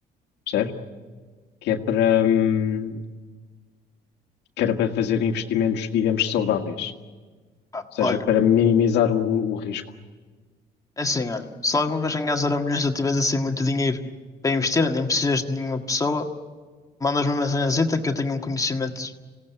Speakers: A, on the left (about 80°); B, on the left (about 20°).
A: percebes? Que é para, hum, que era para fazer investimentos, digamos, saudáveis,
B: Pá,
A: ou seja,
B: olha,
A: para minimizar o, o risco.
B: é assim, olha. Se alguma vez ganhas zero milhões ou tiveres assim muito dinheiro para investir, nem precisas de nenhuma pessoa, mandas-me uma mensagenzita que eu tenho um conhecimento,